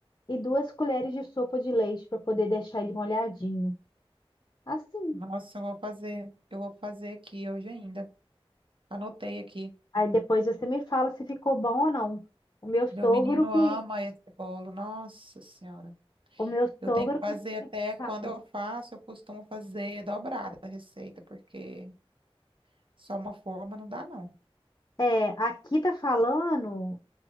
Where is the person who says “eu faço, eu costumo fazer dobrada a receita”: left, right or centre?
Right